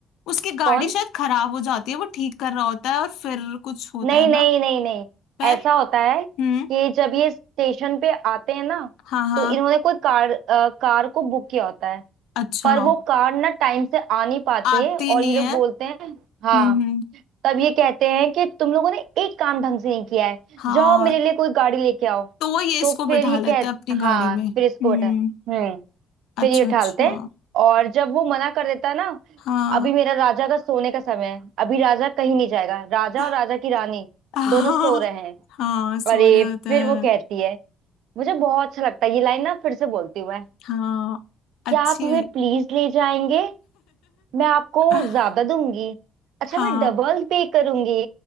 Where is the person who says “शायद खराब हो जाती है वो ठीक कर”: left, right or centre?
Left